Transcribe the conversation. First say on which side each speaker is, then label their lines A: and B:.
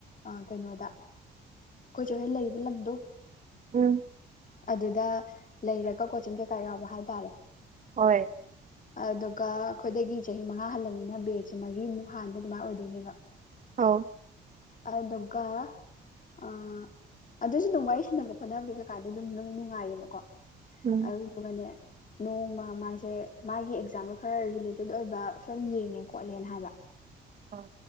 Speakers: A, on the left; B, on the right.
A: ꯑ ꯀꯩꯅꯣꯗ ꯑꯩꯈꯣꯏ ꯆꯦꯅ ꯂꯩꯕ ꯂꯝꯗꯣ
B: ꯎꯝ
A: ꯑꯗꯨꯗ ꯂꯩꯔꯒ ꯀꯣꯆꯤꯡ ꯀꯩꯀꯥ ꯌꯥꯎꯕ ꯍꯥꯏ ꯇꯥꯔꯦ
B: ꯍꯣꯏ
A: ꯑꯗꯨꯒ ꯑꯩꯈꯣꯏꯗꯒꯤ ꯆꯍꯤ ꯃꯉꯥ ꯍꯜꯂꯕꯅꯤꯅ ꯕꯦꯠꯁꯦ ꯃꯔꯤꯃꯨꯛ ꯍꯥꯟꯕ ꯑꯗꯨꯃꯥꯏꯅ ꯑꯣꯏꯗꯣꯏꯅꯦꯕ
B: ꯑꯧ
A: ꯑꯗꯨꯗꯨꯒ ꯑ ꯑꯗꯨꯁꯨ ꯑꯗꯨꯝ ꯋꯥꯔꯤ ꯁꯥꯟꯅꯕ ꯈꯣꯠꯅꯕꯗꯤ ꯀꯩꯀꯥꯗꯤ ꯑꯗꯨꯝ ꯂꯣꯏ ꯅꯨꯡꯉꯥꯏꯌꯦꯕꯀꯣ
B: ꯎꯝ
A: ꯑꯗꯨꯗꯨꯒꯅꯦ ꯅꯣꯡꯃ ꯃꯥꯁꯦ ꯃꯥꯒꯤ ꯑꯦꯛꯖꯥꯝꯒ ꯈꯔ ꯔꯤꯂꯦꯇꯦꯠ ꯑꯣꯏꯕ ꯐꯤꯂꯝ ꯌꯦꯡꯉꯦ ꯈꯣꯠꯂꯦꯅ ꯍꯥꯏꯕ
B: ꯑꯥ